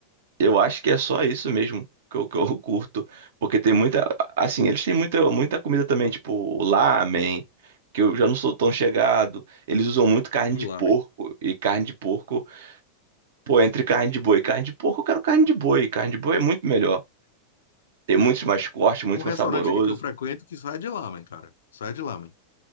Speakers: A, on the right; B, on the left.
A: Eu acho que é só isso mesmo que eu, que eu <laughs> curto. Porque tem muita. Assim, eles têm muita, muita comida também, tipo lamen, que eu já não sou tão chegado. Eles usam muito carne
B: adoro
A: de
B: lamen.
A: porco. E carne de porco, pô, entre carne de boi e carne de porco, eu quero carne de boi. Carne de boi é muito melhor. Tem muito mais corte, muito
B: Tem um restaurante
A: mais saboroso.
B: aqui que eu frequento que só é de lamen, cara. Só é de lamen.